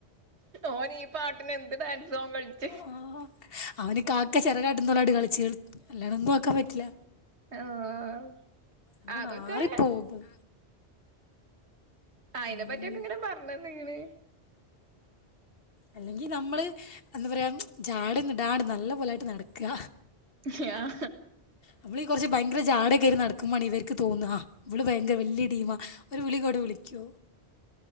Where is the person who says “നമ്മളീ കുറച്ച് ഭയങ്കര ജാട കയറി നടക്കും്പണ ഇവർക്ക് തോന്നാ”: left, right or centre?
Left